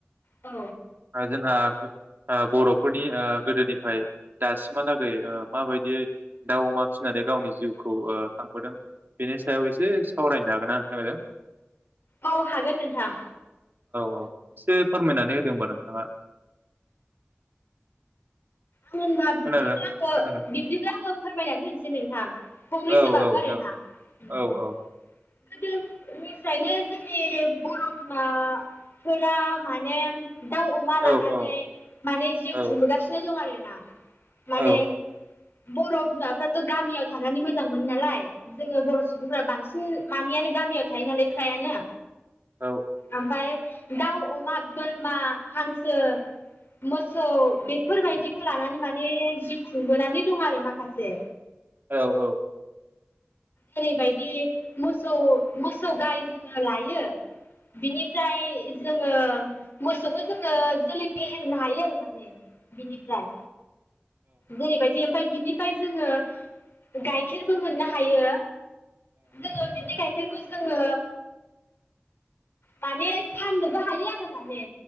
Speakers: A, on the left; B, on the right.
A: औ
B: ओ जोंहा ओ बर'फोरनि ओ गोदोनिफ्राय दासिमहालागै ओ माबायदियै दाउ अमा फिसिनानै गावनि जिउखौ ओ खांबोदों बेनि सायाव एसे सावरायनो हागोन ना थांजों।
A: औ हागोन नोंथां।
B: औ एसे फोरमायनानै होदो होमबा नोंथाङा। <inaudible>
A: होनबा
B: खोनादों
A: बिदिब्ला आङो
B: खोनादों
A: बिब्दिब्ला आङो फोरमायनानै होनोसै नोंथां फंनैसोबाबो
B: औ औ
A: आरोना।
B: जागोन
A: गोदोनिफ्रायनो
B: औ औ
A: जोंनि बर' बिमाफोरा माने दाउ अमा
B: औ
A: लानानै
B: औ
A: माने जिउ
B: औ
A: खुंबोगासिनो दं आरो ना। माने
B: औ
A: बर' बिमाफ्राथ' गामियाव थानानै मोजां मोनो नालाय जोङो बर' सुबुंफोरा बांसिन मानियानो गामियाव थायो नालाय फ्रायानो।
B: औ
A: ओमफ्राय दाउ, अमा, बोरमा, हांसो मोसौ बे फोरबायदिखौ लानानै माने जिउ खुंबोनानै दं आरो माखासे।
B: औ औ।
A: जेरैबायदि मोसौ मोसौ गाइ जोङो लायो बिनिफ्राय जोङो मोसौखौ जोङो जोलै फेहेरनो हायो आरो माने बिनिफ्राय। जेरैबायदि ओमफाय बिनि फाय जोङो गाइखेरबो मोननो हायो। जोङो बिनि गायखेर खौ जोङो माने फाननोबो हायो आरो माने